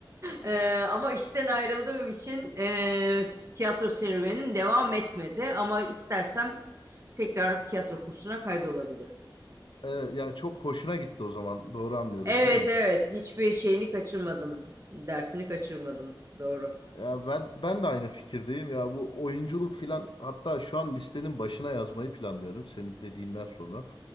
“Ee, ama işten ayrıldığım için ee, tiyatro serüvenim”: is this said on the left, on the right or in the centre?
Right